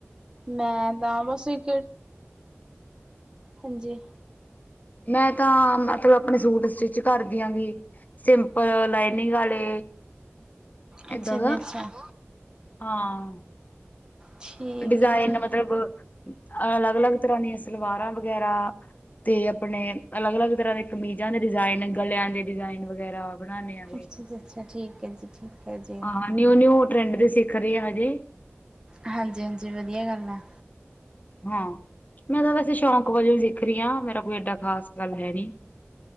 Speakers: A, on the right; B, on the left.
A: ਮੈਂ ਤਾਂ ਬਸ ਇੱਕ ਹਾਂਜੀ
B: ਮੈਂ ਤਾਂ ਮਤਲਬ ਆਪਣੇ ਸੂਟ ਸਟਿਚ ਕਰਦੀ ਆਗੀ। ਸਿੰਪਲ ਲਾਈਨਿੰਗ ਵਾਲੇ
A: ਅੱਛਾ
B: ਏਦਾਂ
A: ਜੀ
B: ਦਾ
A: ਅੱਛਾ
B: ਹਾਂ।
A: ਠੀਕ
B: ਡਿਜ਼ਾਇਨ
A: ਹੈ ਜੀ
B: ਮਤਲਬ ਅਲੱਗ ਅਲੱਗ ਤਰ੍ਹਾਂ ਦੀਆਂ ਸਲਵਾਰਾਂ ਵਗੈਰਾ। ਤੇ ਆਪਣੇ ਅਲੱਗ ਅਲੱਗ ਤਰ੍ਹਾਂ ਦੇ ਕਮੀਜ਼ਾਂ ਦੇ ਡਿਜ਼ਾਇਨ ਗਲਿਆਂ ਦੇ ਡਿਜਾਇਨ ਵਗੈਰਾ ਬਣਾਨੇ ਆ।
A: ਅੱਛਾ ਜੀ ਅੱਛਾ ਠੀਕ ਹੈ ਜੀ ਠੀਕ ਹੈ ਜੀ।
B: ਹਾਂ ਨਿਊ ਨਿਊ ਟਰੈਂਡ ਦੇ ਸਿੱਖ ਰਹੇ ਆ ਹਜੇ।
A: ਹਾਂਜੀ, ਹਾਂਜੀ, ਵਧੀਆ ਗੱਲ ਹੈ।
B: ਹਾਂ। ਮੈਂ ਤਾਂ ਵੈਸੇ ਸ਼ੌਂਕ ਵਜੋਂ ਵੀ ਸਿੱਖ ਰਹੀ ਹਾਂ ਮੇਰਾ ਕੋਈ ਏਡਾ ਖਾਸ ਗੱਲ ਹੈ ਨੀ।